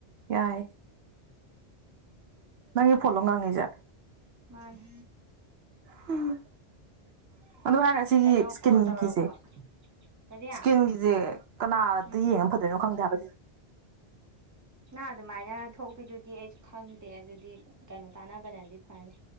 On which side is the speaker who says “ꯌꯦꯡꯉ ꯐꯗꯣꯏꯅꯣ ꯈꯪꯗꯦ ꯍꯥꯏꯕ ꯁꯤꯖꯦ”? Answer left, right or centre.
Right